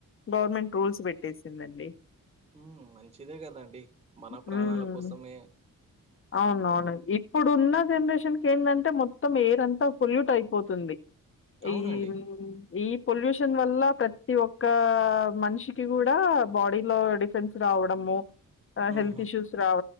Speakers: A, on the left (about 40°); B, on the right (about 20°).
A: గవర్నమెంట్ రూల్స్ పెట్టేసిందండి
B: హ్మ్మ్ మంచిదే కదండి మన ప్రాణాల
A: హ్మ్.
B: కోసమే
A: అవునవును
B: ఉంటది గదా!
A: ఇప్పుడు జనరేషన్కి ఏందంటే మొత్తం ఎయిర్ంత పొల్యూట్ అయిపోతుంది
B: అవునండి.
A: ఈ ఈ పొల్యూష వల్ల ప్రతి ఒక్క మనిషికి కూడా బాడీ లో డిఫెన్స్ రావడము
B: హుహు.
A: హెల్త్ ఇష్యూస్ రావ